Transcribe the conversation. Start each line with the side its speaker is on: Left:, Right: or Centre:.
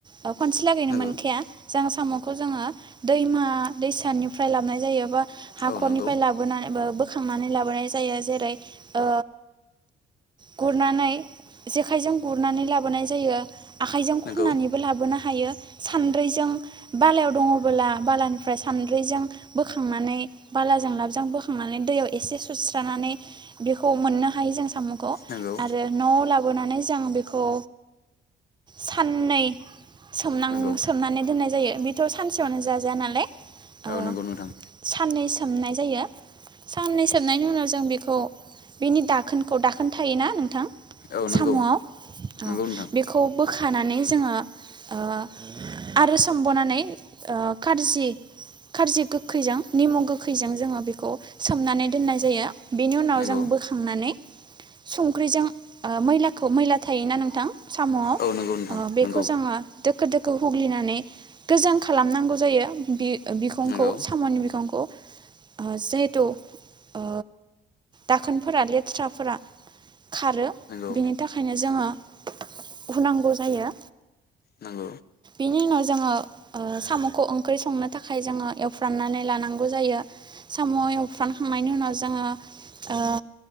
Right: औ खनसे लागैनो
Left: नंगौ
Right: मोनखाया। जों साम'खौ जोङो दैमा दैसानिफ्राय लानाय जायो‌ एबा हाखरनिफ्राय
Left: औ नंगौ
Right: लाबोनानैबो बोखांनानै लाबोनाय जायो जेरै ओ गुरनानै जेखाइजों गुरनानै लाबोनाय जायो। आखाइजों
Left: नंगौ
Right: खननानैबो लाबोनो हा। हायो सान सानद्रैजों बालायाव दङबोला बालानिफ्राय सानद्रिजों बोखांनानै बालाजों लाबजों बोखांनानै दैयाव एसे सुस्रानानै बेखौ मोननो हायो जों सामु खौ
Left: नंगौ
Right: आरो न'आव लाबोनानै ज मोजां बेखौ साननै सोमनां
Left: नंगौ
Right: दोननाय जायो बेथ' सानसेयावनो जाजाया नालाय। ओ
Left: औ नंगौ नोंथां।
Right: साननै सोमनाय जायो साननै सोमनायनि उनाव जों बेखौ बिनि दाखोनखौ दाखोन थायोना नोंथां।
Left: औ
Right: साम'आव
Left: नंगौ नंगौ
Right: औ
Left: नोंथां
Right: बेखौबो खानानै जोङो ओ आरो सोमबावनानै ओ खारजि खारजि गोखैजों निमु गोखैजों जोङो बेखौ सोमनानै दोननाय जायो। बेनि उनाव
Left: नंगौ
Right: जों बोखांनानै संख्रिजों ओ मैलाखौ मैला थायोना नोंथां। साम'आव
Left: औ नंगौ नोंथां
Right: बेखौ
Left: नंगौ
Right: जोङो दोखो दो खो हुग्लिनानै गोजों खालामनांगौ जायो बे बिखंखौ
Left: नंगौ
Right: साम'नि बिखंखौ ओ जिहेथु ओ दाखोनफोरा लेथ्राफोरा खारो
Left: नंगौ
Right: बिनि थाखायनो जोङो हुनांगौ जायो।
Left: नंगौ।
Right: बेनि उनाव जोङो ओ सामखौ ओंख्रि संनो थाखाय जोङो एवफ्राननानै लानांगौ जायो साम एवफ्रानखांनायनि उनाव जोङो ओ